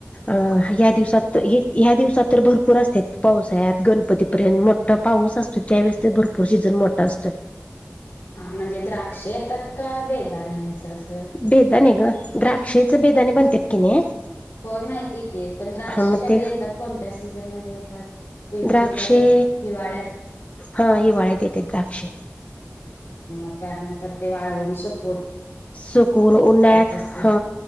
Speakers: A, on the left; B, on the left.
A: अ या दिवसात येत्या, दिवसा तर भरपूर असतात. पावसाळ्यात, गणपतीपर्यंत मोठा पाऊस असतो त्यावेळेस तर भरपूर सीझन मोठ असतोय.
B: हा म्हणजे द्राक्ष येतात का बेदाण्याच असत.
A: बेदाने ग द्राक्षेच बेदाने बनत्यात की नाही.
B: होय. माहितीय की पण द्राक्ष
A: हा मग
B: कधी
A: ते
B: येतात? कोणत्या सीझनमध्ये येतात? ह्याच्यात
A: द्राक्षे
B: हिवाळ्यात
A: हा हिवाळ्यात येत्यात द्राक्षे.
B: मग त्यानंतर ते वाळवून सुक
A: सुकून उन्हाळ्यात
B: असतील
A: हा